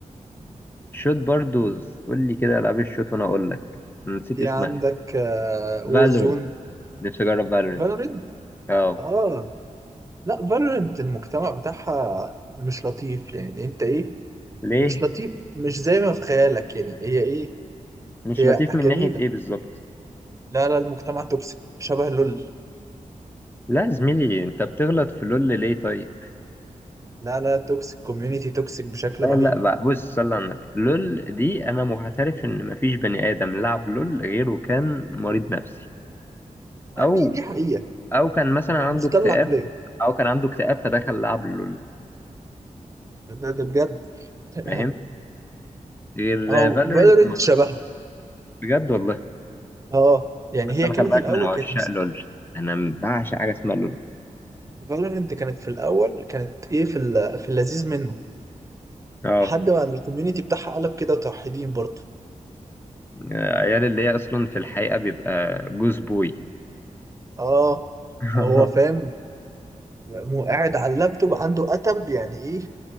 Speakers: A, on the left; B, on the right.
A: شوت باردوز قول لي كده العاب الشوت وانا اقول لك أنا نسيت
B: في
A: اسمها
B: عندك وورزون
A: فالورنت نفسي اجرب فالورنت
B: فالورنت
A: اه
B: اه Warzone. Valorant. آه، لا فالورنت المجتمع بتاعها مش لطيف يعني انت ايه
A: ليه
B: مش لطيف مش زي ما في خيالك يعني هي ايه
A: مش
B: هي
A: لطيف من
B: جميلة
A: ناحية ايه بالظبط
B: لا لا المجتمع توكسيك شبه لول
A: لا يا زميلي انت بتغلط في لول ليه طيب
B: لا لا توكسيك كوميونيتي توكسيك بشكل
A: لا
B: رهيب
A: لا بقى بص صلى على النبي لول دي انا معترف ان مفيش بني ادم لعب لول غيره كان مريض نفسي او
B: دي دي حقيقة
A: او كان مثلا عنده
B: مختل
A: اكتئاب
B: العقلية
A: او كان عنده اكتئاب فدخل لعب لول
B: ده ده بجد <laughs>
A: فاهم غير
B: اه
A: فالورنت
B: فالورنت
A: ما أظن-
B: شبهها
A: بجد والله
B: اه يعني
A: بس
B: هي
A: انا
B: كانت
A: خلي بالك
B: الاول
A: من عشاق
B: كانت
A: لول انا بعشق حاجه اسمها لول
B: فالورنت كانت في الاول كانت ايه في ال- في اللذيذ منه
A: اه
B: لحد ما الكوميونيتي بتاعها قلب كده توحيدين برضه
A: عيال اللي هي اصلا في الحقيقه بيبقى جوز بوي
B: اه
A: <laughs>
B: هو فاهم مو قاعد على اللابتوب عنده اتب يعني ايه